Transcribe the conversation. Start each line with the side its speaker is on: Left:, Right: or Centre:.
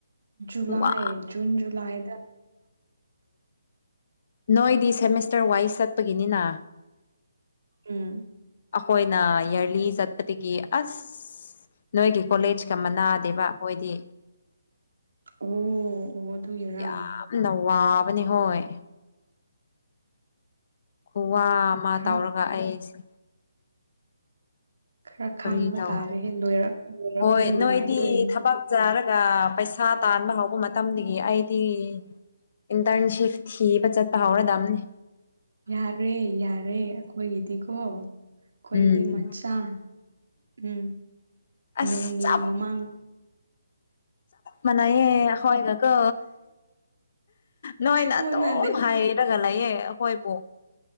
Right: ꯨꯂꯥꯏꯟ
Left: ꯋꯥ
Right: ꯨꯂꯥꯏꯗ
Left: ꯅꯣꯏꯗꯤ ꯁꯦꯃꯦꯁꯇꯔ ꯋꯥꯏꯁ ꯆꯠꯄꯒꯤꯅꯤꯅ
Right: ꯎꯝ
Left: ꯑꯩꯈꯣꯏꯅ ꯏꯔꯂꯤ ꯆꯠꯄꯗꯒꯤ ꯑꯁ ꯅꯣꯏꯒꯤ ꯀꯣꯂꯦꯖꯀ ꯃꯅꯥꯗꯦꯕ ꯍꯣꯏꯗꯤ
Right: ꯑꯣ ꯑꯣ ꯑꯗꯨꯒꯤꯔꯥ
Left: ꯌꯥꯝ ꯅꯋꯥꯕꯅꯦ ꯍꯣꯏ ꯈꯨꯋꯥ ꯑꯃ
Right: ꯈꯔ
Left: ꯇꯧꯔꯒ ꯑꯩꯁꯦ
Right: ꯈꯔ ꯈꯥꯡꯕ
Left: ꯀꯔꯤ ꯇꯗꯦ
Right: ꯇꯥꯔꯦꯍꯦ ꯂꯣꯏꯔꯛ ꯂꯣꯏꯔꯛꯄꯗ
Left: ꯍꯣꯏ
Right: ꯅꯨꯡꯉꯥꯏꯗꯣꯏꯅꯤ
Left: ꯅꯣꯏꯗꯤ ꯊꯕꯛ ꯆꯥꯔꯒ ꯄꯩꯁꯥ ꯊꯥ ꯇꯥꯟꯕ ꯍꯧꯕ ꯃꯇꯝꯗꯒꯤ ꯑꯩꯗꯤ ꯏꯟꯇꯔꯟꯁꯤꯞ ꯊꯤꯕ ꯆꯠꯄ ꯍꯧꯔꯗꯕꯅꯤ
Right: ꯌꯥꯔꯦ ꯌꯥꯔꯦ ꯑꯩꯈꯣꯏꯒꯤꯗꯤꯀꯣ ꯑꯩꯈꯣꯏꯒꯤꯗꯤ
Left: ꯎꯝ
Right: ꯃꯆꯥ ꯎꯝ
Left: ꯑꯁ
Right: ꯃꯤꯡꯒꯤ
Left: ꯆꯞ
Right: ꯃꯃꯥꯡ
Left: ꯃꯅꯥꯏꯌꯦ ꯍꯣꯏꯒ ꯀꯣ ꯅꯣꯏꯅ
Right: ꯃꯥꯟꯅꯗꯦ
Left: ꯑꯗꯨꯝ ꯍꯥꯏ ꯒ ꯂꯩꯌꯦ ꯍꯈꯣꯏꯕꯣ